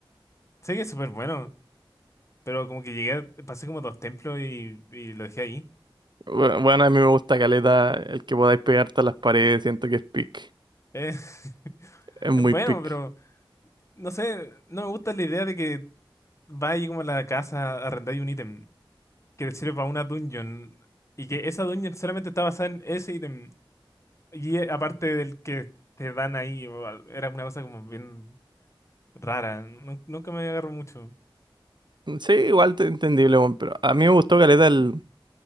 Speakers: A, on the left; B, on the right.
A: Sé que es súper bueno, pero como que llegué, pasé como dos templos y, y lo dejé ahí.
B: Bu- Bueno, a mí me gusta caleta el que podáis pegarte a las paredes. Siento que es pick.
A: Eh, <laughs>
B: Es muy
A: es bueno,
B: pick.
A: pero no sé, no me gusta la idea de que vaya como a la casa, a arrendáis un ítem que te sirve para una dungeon y que esa dungeon solamente está basada en ese ítem y eh, aparte del que te dan ahí, o al- era una cosa como bien rara, nu- nunca me agarró mucho.
B: Sí, igual te- entendible, weón, pero a mí me gustó caleta el,